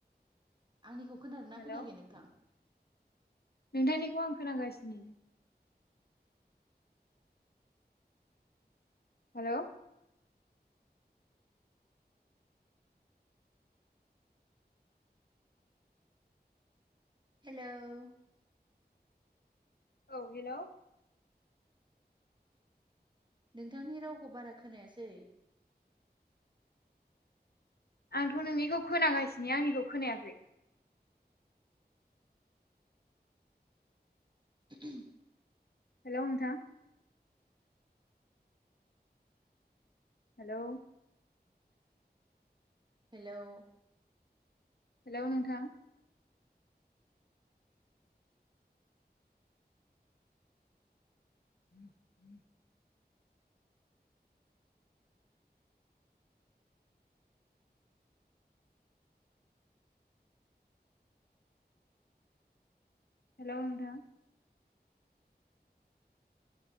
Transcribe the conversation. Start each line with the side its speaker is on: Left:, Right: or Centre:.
Right: आंनिखौ खोनादोंना
Left: हेलौ
Right: खोनायाखै नोंथां?
Left: नोंथांनिखौ आं खोनागासिनो। हेल'
Right: हेल'
Left: औ हेल'
Right: नोंथांनि रावखौ बारा खोनायासै।
Left: आंथ' नोंनिखौ खोनागासिनो आंनिखौ खोनायाखै?
Right: <inaudible>
Left: हेल' नोंथां। हेल'
Right: हेल'
Left: हेल' नोंथां। <inaudible> हेल' नोंथां।